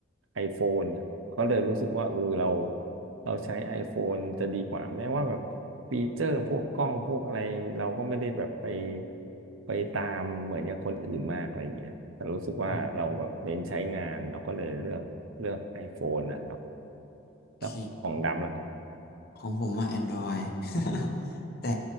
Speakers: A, on the right; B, on the left.
A: iPhone อะ ก็เลยรู้สึกว่าเออเราเราใช้ iPhone จะดีกว่าแม้ว่าแบบฟีเจอร์พวกกล้องพวกอะไรเราก็ไม่ได้แบบไปไปตามเหมือนอย่างคนอื่นมากอะไรเงี้ยแต่รู้สึกว่าเราแบบเน้นใช้งานเราก็เลยเลือกเลือก
B: <laughs> อืม
A: iPhone นะครับ
B: โอเค
A: แล้วของดำล่ะครับ
B: ของผมว่า Android <laughs> แต่